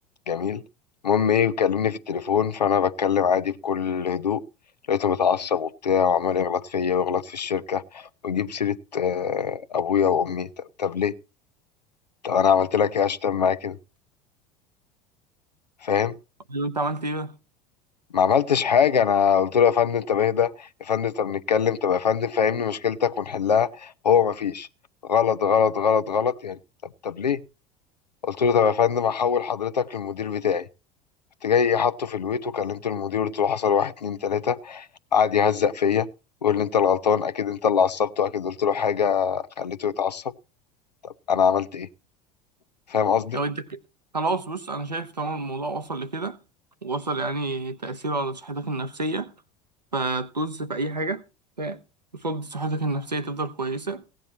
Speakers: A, on the left (about 80°); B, on the right (about 80°).
A: جميل المهم ايه بيكلمني في التليفون فانا بتكلم عادي بكل هدوء لقيته متعصب وبتاع وعمال يغلط فيا ويغلط في الشركه ويجيب سيره آه ابويا وامي طب طب ليه طب انا عملت لك ايه عشان تعمل معايا كده فاهم
B: لو انت عملت ايه بقى
A: ما عملتش حاجة أنا قلت له يا فندم طب اهدى يا فندم طب نتكلم طب يا فندم فهمني مشكلتك ونحلها هو ما فيش غلط غلط غلط غلط يعني طب طب ليه؟ قلت له طب يا فندم هحول حضرتك للمدير بتاعي رحت جاي حاطه في الويت وكلمت المدير قلت له حصل واحد اتنين تلاتة قعد يهزق فيا ويقول لي أنت الغلطان أكيد أنت اللي عصبته أكيد قلت له حاجة خليته يتعصب أنا عملت إيه؟ فاهم قصدي؟
B: لو انت ك... خلاص بص انا شايف طالما الموضوع وصل لكده وصل يعني تأثيره على صحتك النفسية فتوز في اي حاجة فقصاد صحتك النفسية تفضل كويسة